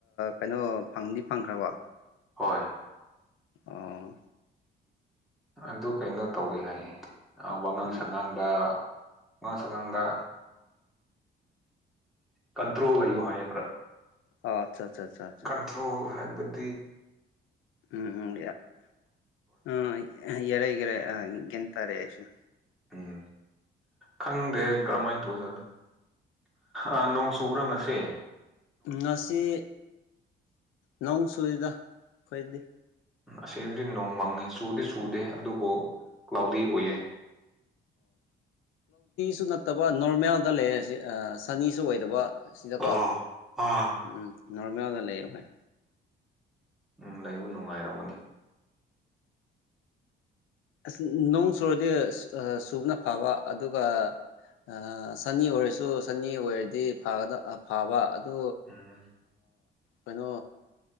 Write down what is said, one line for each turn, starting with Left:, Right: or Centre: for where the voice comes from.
Left: ꯀꯩꯅꯣ ꯐꯪꯗꯤ ꯐꯪꯈ꯭ꯔꯕꯣ
Centre: ꯍꯣꯏ
Left: ꯑꯣ
Centre: ꯑꯗꯨ ꯀꯩꯅꯣ ꯇꯧꯏꯤ ꯍꯥꯏꯌꯦ ꯋꯥꯉꯥꯡ
Left: ꯎꯝ
Centre: ꯁꯉꯥꯡꯗ ꯑꯗꯨ ꯁꯥꯒꯗ ꯀꯟꯇ꯭ꯔꯣꯜ ꯂꯩꯌꯨ ꯍꯥꯏꯌꯦ ꯈꯔ
Left: ꯑꯣ ꯑꯠꯆꯥ ꯑꯠꯆꯥ ꯑꯠꯆꯥ ꯑꯠꯆꯥ
Centre: ꯀꯟꯇ꯭ꯔꯣꯜ ꯍꯥꯏꯕ <inaudible>
Left: ꯎꯝ ꯑ ꯌꯦꯔꯒꯔꯦ ꯒꯤ ꯇꯔꯦ ꯑꯩꯁꯨ
Centre: ꯎꯝ ꯈꯪꯗꯦ ꯀꯔꯝꯃꯥꯏꯅ ꯂ ꯑ ꯅꯣꯡ ꯆꯨꯕ꯭ꯔ ꯉꯁꯦ
Left: ꯉꯁꯤ ꯑ ꯅꯣꯡ ꯁꯨꯗ ꯑꯩꯈꯣꯏꯗꯤ
Centre: ꯎ ꯑꯁꯤꯗꯤ ꯅꯣꯡꯃꯪꯉꯤ ꯆꯨꯗꯤ ꯆꯨꯗꯦ ꯑꯗꯨꯕꯨ ꯀ꯭ꯂꯥꯎꯗꯤ ꯑꯣꯏꯌꯦ
Left: ꯁꯨ ꯅꯠꯇꯕ ꯅꯣꯔꯃꯦꯜꯗ ꯂꯩ ꯁꯤ ꯁꯅꯤꯁꯨ ꯑꯣꯏꯗꯕ ꯑꯁꯤꯗꯀꯣ
Centre: ꯑꯥ ꯑꯥ
Left: ꯎꯝ ꯅꯣꯔꯃꯦꯜꯗ ꯂꯩꯌꯦ ꯍꯣꯏ
Centre: ꯎꯝ ꯂꯩꯕꯨ ꯅꯨꯡꯉꯥꯏꯔꯝꯒꯅꯤ
Left: ꯑꯁ ꯅꯣꯡ ꯁꯨꯔꯗꯤ ꯁꯨꯕꯅ ꯐꯕ ꯑꯗꯨꯒ ꯑ ꯆꯅꯤ ꯑꯣꯏꯔꯁꯨ ꯆꯅꯤ ꯑꯣꯏꯔꯗꯤ ꯐꯒꯗ ꯐꯥꯕ ꯑꯗꯨ
Centre: ꯎꯝ
Left: ꯀꯩꯅꯣ